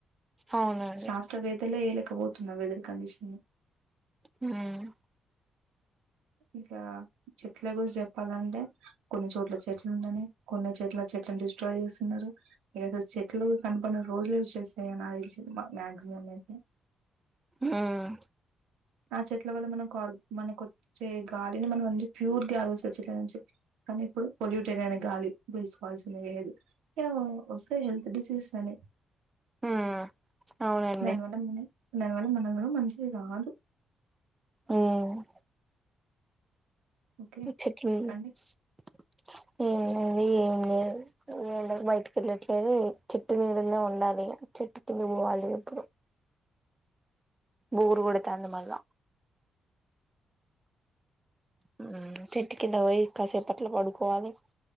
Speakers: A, on the right; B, on the right.
A: అవునండి
B: శాస్త్రవేత్తలే, ఏయలేకపోతున్నారు వెదర్ కండిషన్‌ని.
A: ఉమ్.
B: ఇగ చెట్ల గురించి చెప్పాలంటే, కొన్ని చోట్ల చెట్లు ఉండని. కొన్ని చెట్ల, చెట్లను డిస్ట్రాయ్ చేస్తున్నారు. ఇగ జూడు, చెట్లు కనపడని రోజులే వచ్చేస్తాయి నాక్ తెలిసి. మాక్సిమం అయితే.
A: ఉమ్మ్.
B: ఆ చెట్ల వల్ల మనకు, కర్ మనకొచ్చే గాలిని మన మంచి ప్యూర్ గాలి వస్తాది. చెట్ల నుంచి కానీ ఇప్పుడు పొల్యూటెడ్ అయిన గాలి పీల్చుకోవాల్సిందే. ఎది ఏమో వస్తే, హెల్త్ డిసీజెస్ అని.
A: మ్మ్ అవునండి
B: దానివల్ల మనం, దానివల్ల మనం గూడ మంచిది కాదు.
A: ఉమ్మ్.
B: ఓకే
A: ఈ చెట్లు,
B: చెప్పండి
A: మ్మ్. అది ఏం లేదు, వేళక్ బయటికి వెళ్లట్లేదు. చెట్టు నీడనే ఉండాలి చెట్టు. ఇగ పోవాలి ఇప్పుడు, బోర్ కొడతాంది మళ్ల. మ్మ్, చెట్టు కింద పోయి కాసేపట్ల పడుకోవాలి.